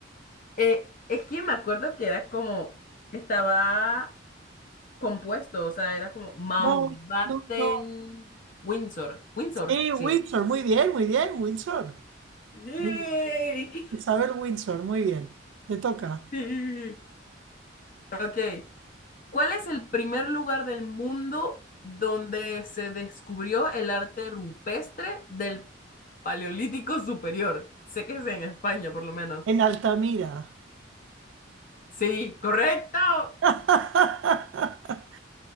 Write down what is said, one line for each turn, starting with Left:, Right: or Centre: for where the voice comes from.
Left: Eh, es que me acuerdo que era como, estaba compuesto, o sea, era como Mountbatten
Right: No, no, no.
Left: Windsor. Windsor,
Right: Y
Left: sí.
Right: Windsor, muy bien, muy bien, Windsor.
Left: ¡Yay!
Right: Muy bien.
Left: <laughs>
Right: Isabel Windsor, muy bien. Te toca.
Left: Sí. Ok. ¿Cuál es el primer lugar del mundo donde se descubrió el arte rupestre del Paleolítico Superior? Sé que es en España, por lo menos.
Right: En Altamira.
Left: Sí, correcto.
Right: <laughs>